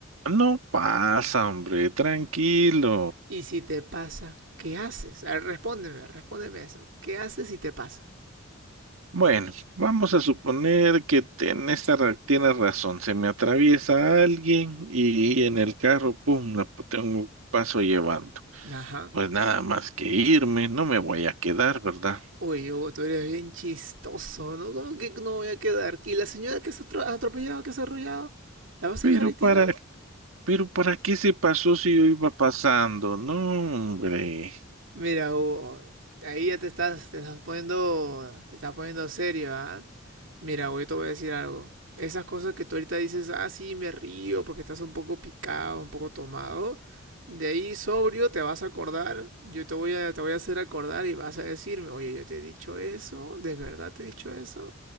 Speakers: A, on the right (about 90°); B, on the right (about 65°).
A: No pasa, hombre, tranquilo.
B: Y si te pasa, ¿qué haces? A ver, respóndeme, respóndeme eso. ¿Qué haces si te pasa?
A: Bueno, vamos a suponer que te- en esta ra- tienes razón. Se me atraviesa alguien y, en el carro, pum, la p- tengo paso llevando.
B: Ajá.
A: Pues nada más que irme, no me voy a quedar, ¿verdad?
B: Oye, Hugo, tú eres bien chistoso, ¿no? ¿Cómo que no voy a quedar? ¿Y la señora que has atro- has atropellado, que has arrollado? ¿La vas
A: Pero
B: a dejar ahí
A: para,
B: tirada?
A: pero para qué se pasó si yo iba pasando, no, hombre.
B: Mira, Hugo, ahí ya te estás, te estás poniendo, te estás poniendo serio, ¿ah? Mira, Hugo, yo te voy a decir algo. Esas cosas que tú ahorita dices, ah, sí, me río porque estás un poco picado, un poco tomado. De ahí sobrio te vas a acordar, yo te voy a, te voy a hacer acordar y vas a decirme, oye, yo te he dicho eso, ¿de verdad te he dicho eso?